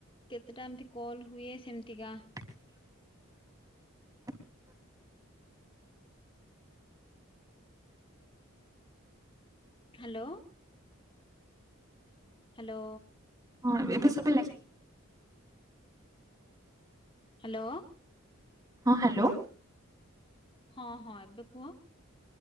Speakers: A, on the left; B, on the right.
A: କେତେଟା ଏମତି କଲ ହୁଏ ସେମତିକା।
B: <inaudible>
A: ହାଲୋ। ହାଲୋ।
B: ହଁ ଏ ଏବେ ଶୁଭିଲା କି?
A: ହାଲୋ।
B: ହଁ ହାଲୋ।
A: ହଁ ହଁ ଏବେ କୁହ।